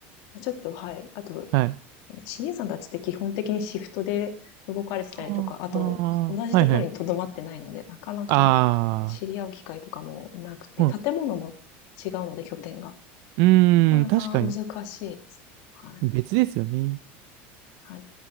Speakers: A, on the left; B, on the right.
A: ちょっと、はい。あと、
B: はい。
A: CA さんたちって基本的にシフトで動かれてたりとか、
B: あーあー、
A: あと、同じところに留まってないので、
B: はいはい。
A: なかなか知り合う機会とかもなくて、
B: ああ、うん。
A: 建物も違うので、拠点が。
B: うーん、
A: なかなか難しいですね。
B: 確かに。
A: はい。
B: 別ですよね。
A: はい。